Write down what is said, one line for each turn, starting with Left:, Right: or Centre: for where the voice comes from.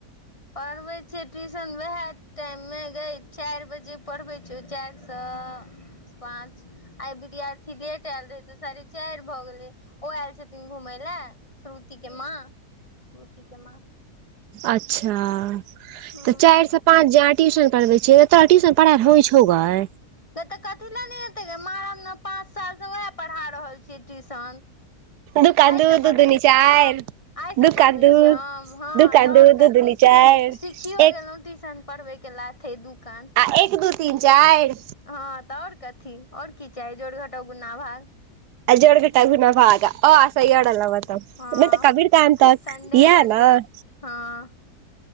Left: पढ़बै छियै ट्यूशन उएह टाइम मे जै चैर बजे पड़बै छैय चैर सँ पाँच आय विद्यार्थी लेट एयल रहे तऽ साढ़े चैर भऽ गेलै ओ एयल छथिन घूमैय लए श्रुति के माँ श्रुति के माँ
Right: अच्छा
Left: हँ
Right: तऽ चैर सँ पाँच जे आहाँ ट्यूशन पढ़बेै छियै तोरा ट्यूशन पड़ेल होय छौ गेै
Left: ततऽ कथी लए ने हेतै गे महारा ने पाँच सालसँ उएह पढ़ा रहल छियै ट्यूशन।
Right: दूकान
Left: आय
Right: दू
Left: सँ पढ़बेै
Right: दू दूनी
Left: छियै
Right: चारि
Left: हम आयसँ
Right: दूकान
Left: पढ़बेै
Right: दू
Left: छियै हम हँ
Right: दूकान
Left: तऽ
Right: दू
Left: और
Right: दू
Left: कथी
Right: दूनी चारि
Left: सिखियो
Right: एक
Left: गेलौ ट्यूशन पढ़बेै के लाथे दु कान।
Right: आ एक, दू, तीन, चैर।
Left: हँ, तऽ और कथी ओर की चाही जोड़, घटाव, गुना भाग।
Right: आ जोर, घटाव घुना भागा। अ, आ से य, र, ल, व तक
Left: हँ
Right: नै तऽ कबीर कान तक
Left: संडे
Right: याह
Left: मंडे
Right: नऽ।
Left: हँ